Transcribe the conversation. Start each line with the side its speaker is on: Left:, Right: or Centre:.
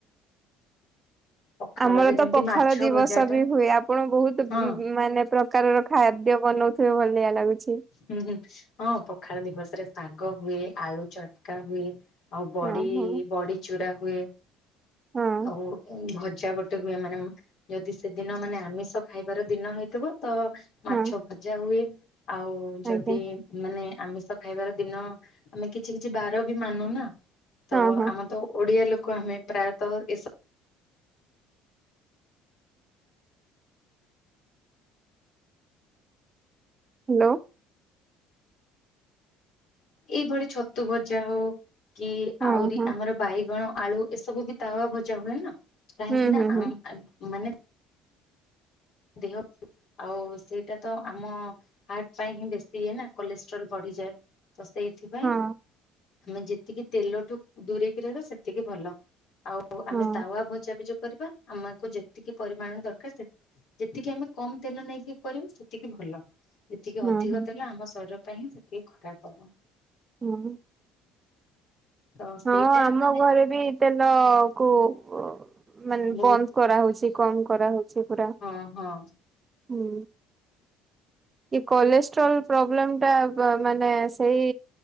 Left: ପଖାଳରେ
Right: ଆମର ତ
Left: ଯେମିତି
Right: ପଖାଳ
Left: ମାଛ
Right: ଦିବସ
Left: ଭଜା ଟା
Right: ବି ହୁଏ ଆପଣ ବହୁତ
Left: ହଁ
Right: ଉଁ ମାନେ ପ୍ରକାରର ଖାଦ୍ୟ ବନଉ ସେ ଭଲିଆ ଲାଗୁଛି।
Left: ହୁଁ ହୁଁ ହଁ ପଖାଳ ଦିବସରେ ଶାଗ ହୁଏ ଆଳୁ ଚଟକା ହୁଏ। ଆଉ ବଡ଼ି
Right: ହଁ ହଁ
Left: ବଡ଼ି ଚୁରା ହୁଏ
Right: ହଁ
Left: ଆଉ ଭ ଭଜା ଗୋଟେ ହୁଏ ମାନେ ଯଦି ସେଦିନ ମାନେ ଆମିଷ ଖାଇବାର ଦିନ ହେଇଥିବ ତ ମାଛ
Right: ହଁ
Left: ଭଜା ହୁଏ ଆଉ ଯଦି
Right: ଆଜ୍ଞା
Left: ମାନେ ଆମିଷ ଖାଇବାର ଦିନ ଆମେ କିଛି କିଛି ବାର ବି ମାନୁନା ତ
Right: ହଁ ହଁ
Left: ଆମ ତ ଓଡିଆ ଲୋକ ଆମେ ପ୍ରାୟତଃ ଏସ
Right: ହ୍ୟାଲୋ।
Left: ଏଇଭଳି ଛତୁ ଭଜା ହଉ କି
Right: ହଁ
Left: ଆହୁରି
Right: ହଁ
Left: ଆମର ବାଇଗଣ ଆଳୁ ଏସବୁ ବି ତାୱା ଭଜା ହୁଏ ନା କାହିଁକିନା
Right: ହୁଁ ହୁଁ ହୁଁ
Left: ଆ ମାନେ ଦେହ ଆଉ ସେଇଟା ତ ଆମ ହାର୍ଟ ପାଇଁ ହିଁ ବେଶୀ ଇଏ ନା କୋଲେଷ୍ଟ୍ରୋଲ୍ ବଢି ଢ଼ି ଯାଏ ତ ସେଇଥିପାଇଁ
Right: ହଁ
Left: ଆମେ ଯେତିକି ତେଲଠୁ ଦୂରେଇକି ରହିବା ସେତିକି ଭଲ ଆଉ ଆମେ
Right: ହଁ
Left: ତାୱା ଭଜା ବି ଯ କରିବା ଆମକୁ ଯେତିକି ପରିମାଣ ଦରକାର ସେ ଯେତିକି ଆମେ କମ ତେଲ ନେଇକି କରିବୁ ସେତିକି ଭଲ ଯେତିକି
Right: ହଁ
Left: ଅଧିକ
Right: ହଁ
Left: ତେଲ ଆମ ଶରୀର ପାଇଁ ସେତିକି ଖରାପ ହବ।
Right: ହଁ।
Left: ତ ସେଇଟା
Right: ହଁ ଆମ
Left: ମାନେ
Right: ଘରେ ବି ତେଲ କୁ ଅ ମାନେ
Left: ବହୁତ
Right: ବନ୍ଦ କରାହଉଛି କମ କରାହଉଛି ପୁରା।
Left: ହଁ ହଁ
Right: ହୁଁ। ଏ କୋଲେଷ୍ଟ୍ରଲ ପ୍ରୋବ୍ଲେମଟା ପା ମାନେ ସେଇ